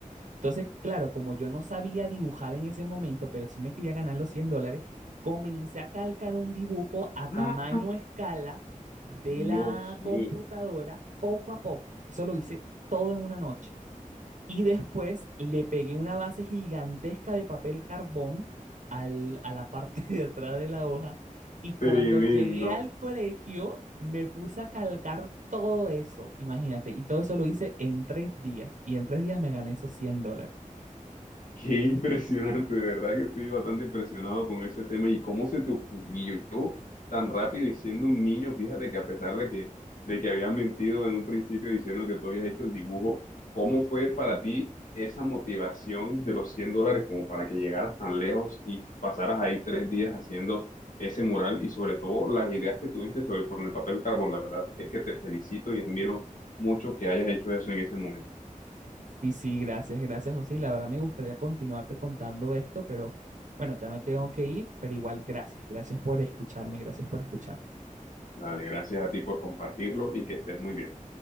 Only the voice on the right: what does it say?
Entonces, claro, como yo no sabía dibujar en ese momento, pero sí me quería ganar los 100 dólares, comencé a calcar un dibujo a
tamaño escala de
la
computadora poco a poco. Eso lo hice todo en una noche. Y después le pegué una base gigantesca de papel carbón al- a la parte <laughs> de atrás de la hoja. Y
cuando llegué al colegio, me puse a calcar todo eso, imagínate. Y todo eso lo hice en tres días. Y en tres días me gané esos 100 dólares.
Sí, sí, gracias, gracias, José. Y la verdad me gustaría continuarte contando esto, pero bueno, ya me tengo que ir, pero igual gracias, gracias por escucharme, gracias por escucharme.